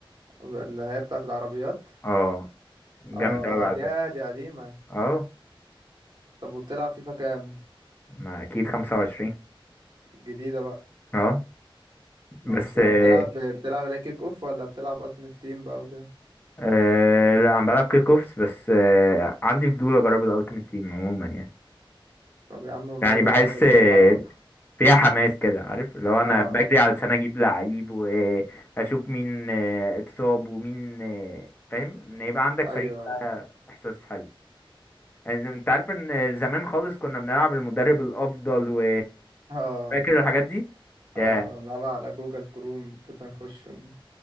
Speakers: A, on the right; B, on the left.
A: اللي هي بتاعه العربيات
B: اه جامدة
A: اه
B: اوي
A: اه
B: على
A: دي
B: فكرة
A: آه، دي قديمه
B: اه
A: طب وبتلعب فيفا كام
B: ما اكيد خمسة وعشرين
A: الجديده بقى
B: اه
A: ماشي
B: بس آه
A: عم تلعب بتلعب لا كيك اوف ولا بتلعب التيمت تيم بقى وكده
B: آه لا انا بلعب كيك اوفس بس آه عندي فضول اجرب الالتيميت تيم عموما يعني
A: طب يا عم
B: يعني
A: ماله
B: بحس
A: بقى خليك
B: آه،
A: تجرب اه
B: فيها حماس كده عارف لو انا
A: آه.
B: بجري علشان اجيب لعيب واشوف مين آه، اتصاب ومين آه، فاهم ان يبقى عندك
A: ايوه
B: فريق بقى
A: ايوه
B: احساس حلو يعني انت عارف ان زمان خالص كنا بنلعب المدرب الافضل و
A: اه
B: فاكر الحاجات دي
A: اه
B: يا
A: نلعبها على جوجل كروم كده نخش ن-